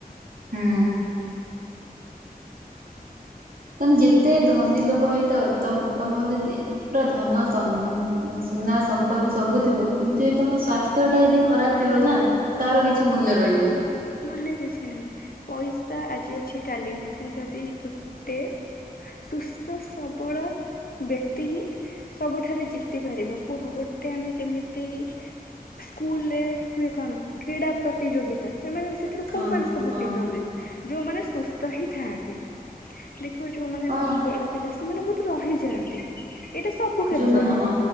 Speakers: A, on the right; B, on the left.
A: ହୁଁ। ତମେ ଯେତେ ଧନୀ ଲୋକ ହେଇଥାଅ ତମ ତମ ଯଦି ପୁରା ଧନ ସନ ଧନ ସୁନା ସମ୍ପତ୍ତି ସବୁ ଥିବ କିନ୍ତୁ ଯଦି ତମ ସ୍ଵାସ୍ଥ୍ୟ ଟା ଯଦି ଖରାପ ଥିବ ନା ତାର କିଛି ମୂଲ୍ୟ ରଇବନି।
B: ମୂଲ୍ୟ କିଛି ନାହିଁ ପଇସା ଆଜି ଅଛି କାଲି ନାଇ କିନ୍ତୁ ଯଦି ଗୋଟେ ସୁସ୍ଥ ସବଳ ବ୍ୟକ୍ତି ହିଁ ସବୁଠାରୁ ଜିତି ପାରିବ କୁହ ଗୋଟେ ଆମେ ଯେମିତି ସ୍କୁଲରେ ହୁଏ କଣ କ୍ରୀଡ଼ା ପ୍ରତିଯୋଗିତା ସେମାନେ ସେ ଥିରେ
A: ହଁ
B: କୋଉମାନେ ସବୁ
A: ହଁ।
B: ଜିତନ୍ତି। ଯୋଉମାନେ ସୁସ୍ଥ ହିଁ ଥାଆନ୍ତି ଦେଖୁବ ଯୋଉମାନେ
A: ହଁ
B: ଦୁର୍ବଳ ପିଲା ସେମାନେ ବହୁତ ରହିଯାଆନ୍ତି। ଏଇଟା ସବୁ କ୍ଷେତ୍ରରେ
A: ଯୋଉମାନେ ହଁ